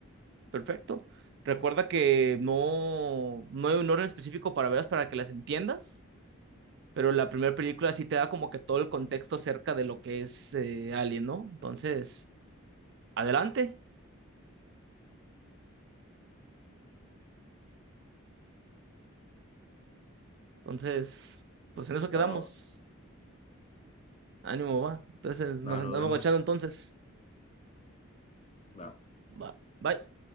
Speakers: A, on the right; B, on the left.
A: Perfecto. Recuerda que no, no hay un orden específico para verlas para que las entiendas, pero la primera película sí te da como que todo el contexto acerca de lo que es eh, Alien, ¿no? Entonces, adelante. Entonces, pues en eso quedamos.
B: Va,
A: Ánimo, va. Entonces, nos
B: va,
A: andamos
B: nos vemos.
A: guachando entonces.
B: Va.
A: Va. Bye.